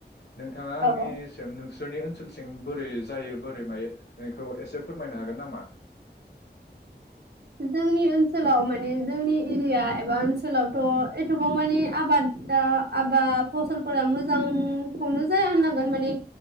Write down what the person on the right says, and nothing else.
औ
औ।
जोंनि ओनसोलाव माने जोंनि एरिया एबा ओनसोलावथ' एथबां मानि आबादा आबाद फसलफोरा मोजांखौनो जाया होननांगोन माने